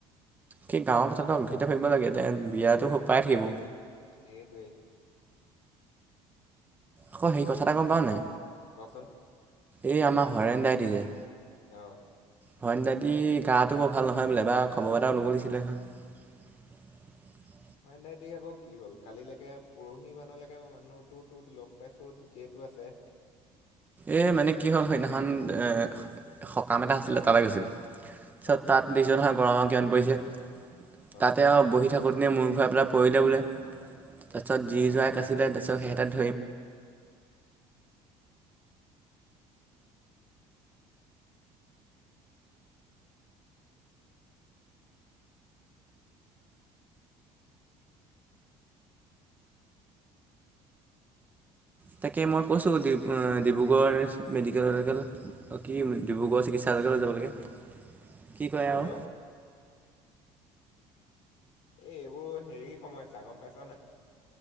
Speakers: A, on the right; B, on the left.
A: সি গাঁৱৰ কথাটো অ' ধৰি ভাবিব লাগে বিয়াতটো পাই থাকিব।
B: সেইটোৱে।
A: আকৌ সেই কথা এটা গম পাওঁনে
B: কচোন
A: এই আমাৰ হাৰেণ্ ডাইটি যে
B: অ'
A: হয় নদাইটি গাটো বৰ ভাল নহয় বোলে বাৰ খবৰ এটাও ল'ব ল দিছিলে নহয়। <unintelligible>
B: হয় নাই তি আকৌ কি হ'ল কালিলৈকে পৰহি মানলৈকে মই মানুহতো তো লগ পাইছো ঠিকেইটো আছে।
A: এ মানে কি হ'ল সেইদিনাখন এ সকাম এটা আছিলে তালৈ গৈছিলে। পিত
B: অঁ
A: তাত দ্যহাৰ গৰমৰ কিমান পৰিছে
B: অঁ
A: তাতে আৰু বহি থাকো আাকৌত নিয়ে মোৰ ঘৰৰ পৰা পৰিলে বোলে তাৰপিছত যি
B: অঁ
A: যো এক আছিলে তাৰপিছত সেইহঁতে ধৰিম তাকে মই কৈছোঁ ডিব্ৰুগড় মেডিকেলেল কি ডিব্ৰুগড় চিকিৎসালয় লৈ যাব লাগে কি কৰে
B: হেল্ল'
A: আৰু।
B: এ এইবোৰ হেৰি সমস্যা গম পাইছ নাই।